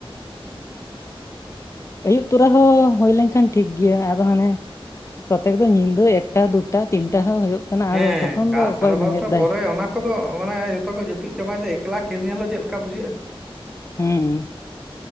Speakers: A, on the left (about 30°); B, in the centre.
A: ᱟᱹᱭᱩᱵ ᱛᱚᱨᱟ ᱦᱚᱸ ᱦᱩᱭ ᱞᱮᱱᱠᱷᱟᱱ ᱴᱷᱤᱠ ᱜᱮᱭᱟ ᱟᱫᱚ ᱦᱟᱱᱮ, ᱠᱚᱚᱛᱮᱠ ᱫᱚ ᱧᱤᱫᱟᱹ ᱮᱠᱴᱟ ᱫᱩᱴᱟ ᱛᱤᱱᱴᱟ ᱦᱚᱸ ᱦᱩᱭᱩᱜ ᱠᱟᱱᱟ
B: ᱦᱮᱸ
A: ᱟᱫᱚ ᱛᱚᱠᱷᱚᱱ
B: ᱛᱟᱣ
A: ᱫᱚ ᱚᱠᱚᱭ
B: ᱥᱟᱲᱮ ᱵᱟᱨᱚᱴᱟ
A: ᱵᱮᱸᱜᱮᱫ ᱫᱟᱭ
B: ᱯᱚᱨᱮ ᱚᱱᱟ, ᱠᱚᱫᱚ ᱢᱟᱱᱮ ᱡᱚᱛᱚ ᱜᱮ ᱡᱟᱹᱯᱤᱫ ᱪᱟᱵᱟᱭᱮ ᱫᱟ ᱮᱠᱞᱟ ᱠᱷᱮᱞ ᱧᱮᱞ ᱦᱚᱸ ᱪᱮᱫ ᱞᱮᱠᱟ ᱵᱩᱡᱷᱟᱹᱜᱼᱟ᱾
A: ᱦᱮᱸ